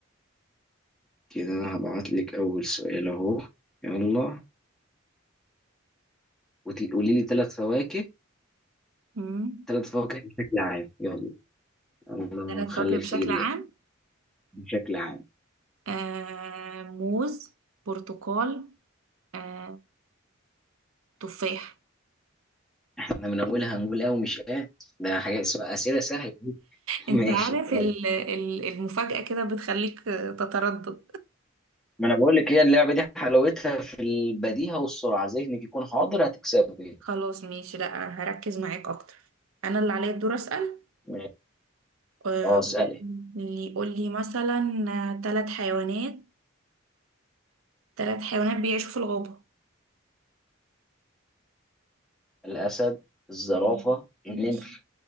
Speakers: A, in the centre; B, on the right (about 85°).
A: كده هبعت لك اول سؤال اهو يلا وتقولي لي ثلاث فواكه
B: امم
A: ثلاث فواكه بشكل عام يلا الله
B: ثلاث
A: خلي
B: فواكه
A: الفجر
B: بشكل
A: يأتي.
B: عام
A: بشكل عام
B: آه موز برتقال آه تفاح
A: احنا من اولها هنقول اه ومش اه ده حاجه اسمها اسئله سهله <laughs>
B: انت
A: ماشي
B: عارف
A: يلا.
B: ال- ال- المفاجأة كده بتخليك آه، تتردد
A: ما انا بقول لك هي اللعبه دي حلاوتها في البديهه والسرعه ذهنك يكون حاضر هتكسبي
B: خلاص ماشي لا هركز معاك اكتر انا اللي عليا الدور اسأل
A: ماشي.
B: آه،
A: اه اسالي
B: قولي قولي مثلا ثلاث حيوانات ثلاث حيوانات بيعيشوا في الغابة
A: الاسد الزرافه
B: ماشي
A: النمر
B: ماشي